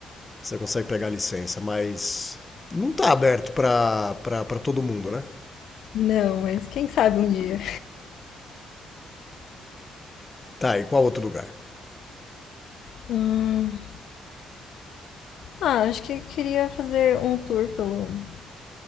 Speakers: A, on the left; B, on the left.
A: Você consegue pegar a licença, mas não tá aberto pra, pra, pra todo mundo, né?
B: Não, mas quem sabe um dia.
A: Tá, e qual outro lugar?
B: Hum, Ah, acho que eu queria fazer um tour pelo,